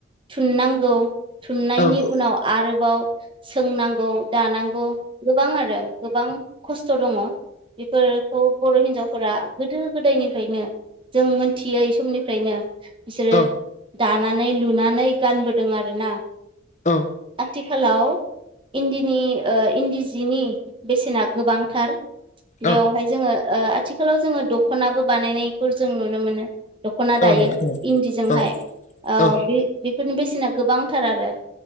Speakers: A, on the right (about 25°); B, on the left (about 40°).
A: थुननांगौ थुननायनि
B: नोंथां
A: उनाव आरोबाव सोंनांगौ दानांगौ गोबां आरो गोबां खस्थ' दङ बेफोरखौ बर' हिनजावफोरा गोदो गोदायनिफ्रायनो जों मोनथियै समनिफ्रायनो बिसोरो
B: औ
A: दानानै लुनानै गानबोदों आरोना
B: औ
A: आथिखालाव इन्दिनि इन्दि सिनि बेसेना गोबांथार
B: औ
A: बेवहाय जोङो आथिखालाव जोङो दख'नाबो बानायनायखौ जों नुनो मोनो दखना
B: औ
A: दायो
B: नोंथां
A: इन्दिजोंहाय
B: औ औ
A: बे बेफोरनि बेसेना गोबां फोथार आरो